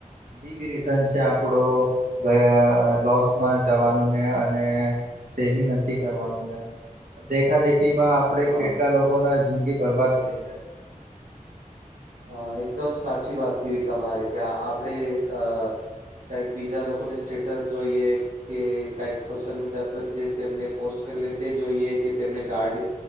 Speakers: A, on the right (about 75°); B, on the right (about 60°).
A: બીગ રીઝન છે આપડો અ લોસમાં જવાનુંને અને સેવી નથી કરવાનું ને દેખા દેખી માં આપડે
B: હા
A: કેટલા લોકો ના જિંદગી બરબાદ થઈ
B: હ એકદમ સાચી વાત કહી તમારે કે આપણેે અ કઈ બીજા લોકોને સ્ટેટસ જોઈએ કે કઈક સોશિયલ મીડિયા પર જે તેમને પોસ્ટ કર્યું હો તે જોઈએ કે તેમને ગાર્ડ